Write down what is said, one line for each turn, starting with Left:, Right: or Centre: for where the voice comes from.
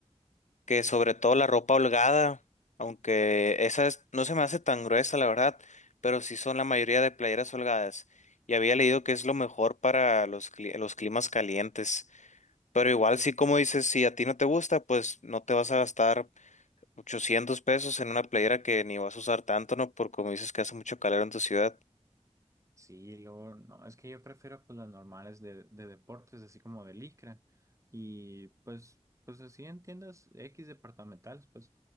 Left: que sobre todo la ropa holgada, aunque esa es- no se me hace tan gruesa, la verdad, pero sí son la mayoría de playeras holgadas. Y había leído que es lo mejor para los, cli- los climas calientes. Pero igual, sí, como dices, si a ti no te gusta, pues no te vas a gastar 800 pesos en una playera que ni vas a usar tanto, ¿no? Por como dices que hace mucho calor en tu ciudad.
Right: Sí, luego, no, es que yo prefiero pues las normales de, de deportes, así como de licra. Y pues, pues así en tiendas X departamentales, pues,